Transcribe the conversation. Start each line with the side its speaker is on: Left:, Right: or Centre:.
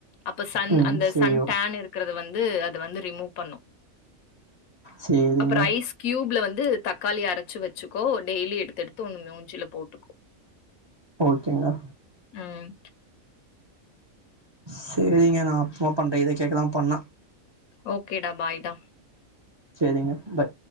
Left: அப்ப சன்
Right: ம்.
Left: அந்த
Right: சரி
Left: சன்
Right: ஓ
Left: டேன் இருக்கறத வந்து அது வந்து ரிமூவ் பண்ணு
Right: சேரிங்க.
Left: அப்ப ஐஸ் கியூப்ல வந்து தக்காளி அரைச் சு வச்சுக்கோ டெய்லி எடுத்து எடுத்து ஒண்ணு மூஞ்சில போட்டுக்கோ
Right: ஓக்கேங்க
Left: ம்
Right: செரிங்க நா அப்பமா பண்றே இத கேக்கதா பண்ணா
Left: ஓக்கேடா பாய்டா
Right: செரிங்க ப